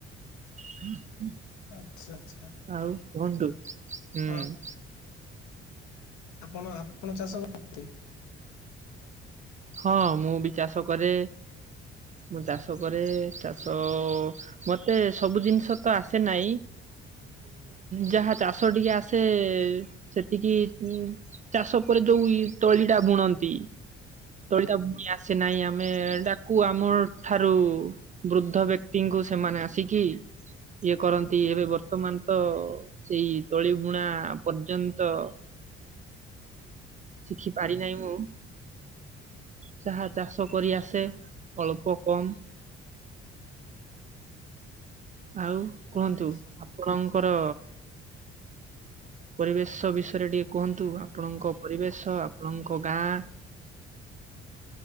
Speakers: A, on the right; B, on the left.
A: ହ ହ <unintelligible>
B: ଆଚ୍ଛା ଆଚ୍ଛା।
A: ଆଉ କୁହନ୍ତୁ ହୁଁ
B: ହଁ ଆପଣ ଆପଣ ଚାଷ କରନ୍ତି?
A: ହଁ ମୁଁ ବି ଚାଷ କରେ ମୁଁ ଚାଷ କରେ ଚାଷ ମତେ ସବୁ ଜିନିଷ ତ ଆସେ ନାହିଁ ଯାହା ଚାଷ ଟିକେ ଆସେ ସେତିକି ଚାଷ ପରେ ଯୋଉ ତଳିଟା ବୁଣନ୍ତି ତୋଳିତା ଭଉଣୀ ଆସେ ନାହିଁ ଆମେ ଡାକୁ ଆମ ଠାରୁ ବୃଦ୍ଧ ବ୍ୟକ୍ତିଙ୍କୁ ସେମାନେ ଆସିକି ଇଏ କରନ୍ତି ଏବେ ବର୍ତ୍ତମାନ ତ ସେଇ ତଳି ବୁଣା ପର୍ଯ୍ୟନ୍ତ ଶିଖି ପାରି ନାହିଁ ମୁଁ ଚାହା ଚାଷ କରି ଆସେ ଅଳ୍ପ କମ୍ ଆଉ କୁହନ୍ତୁ
B: ଆଚ୍ଛା
A: ଆପଣଙ୍କର ପରିବେଶ ବିଷୟରେ ଟିକେ କୁହନ୍ତୁ ଆପଣଙ୍କ ପରିବେଶ ଆପଣଙ୍କ ଗାଁ